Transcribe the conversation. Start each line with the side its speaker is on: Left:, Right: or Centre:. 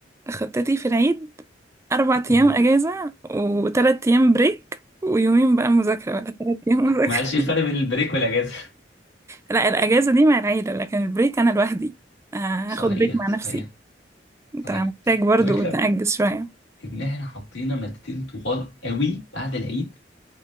Right: <laughs> خطتي في العيد أربع
Left: مم.
Right: أيام أجازة وتلات أيام بريك ويومين بقى مذاكرة ولا تلات أيام مذاكرة
Left: معلش ايه الفرق بين البريك والاجازه
Right: لا الأجازة دي مع العيلة لكن البريك أنا لوحدي
Left: <laughs>
Right: آه، هاخد
Left: صحيح
Right: بريك مع
Left: صحيح
Right: نفسي أنت
Left: صحيح
Right: محتاج برضو
Left: الفكره
Right: تأجز شوية
Left: ان احنا حطينا مادتين طوال قوي بعد العيد